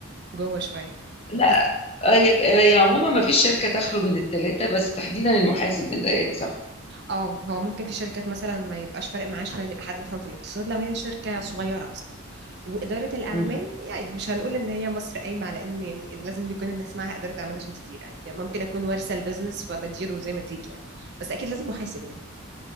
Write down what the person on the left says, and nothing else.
لا
آه، هي هي عموما ما فيش شركة تخلو من التلاتة بس تحديدا المحاسب من ده يعني صح
مم.